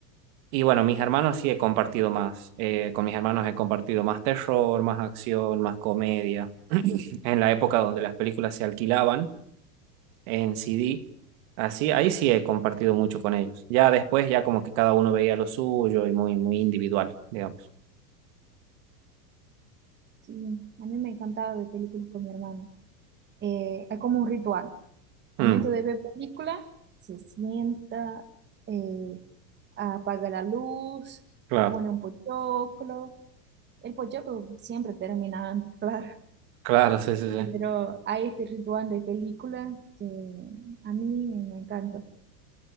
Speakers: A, on the right; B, on the right.
A: Y bueno, mis hermanos sí he compartido más. Eh, con mis hermanos he compartido más terror, más acción, más comedia. En la época donde las películas se alquilaban en CD, así, ahí sí he compartido mucho con ellos. Ya después, ya como que cada uno veía lo suyo y muy, muy individual, digamos.
B: Sí, a mí me encantaba ver películas con mi hermano. Eh, hay como un ritual. Momento
A: Mm,
B: de ver película, se sienta, eh, apaga la luz,
A: claro,
B: pone un pochoclo. El pochoclo siempre termina antes, <laughs> claro.
A: claro, sí, sí, sí.
B: Pero hay este ritual de película que a mí me encanta.